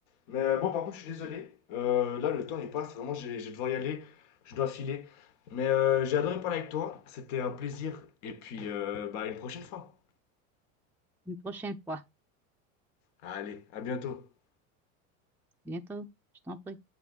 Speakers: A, on the left; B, in the centre.
A: Mais euh, bon, par contre, je suis désolé. Euh, là, le temps il passe. Vraiment, j'ai, je vais devoir y aller. Je dois filer. Mais euh, j'ai adoré parler avec toi. C'était un plaisir. Et puis, euh, bah, à une prochaine fois.
B: une prochaine fois.
A: Allez, à bientôt.
B: Bientôt, je t'en prie.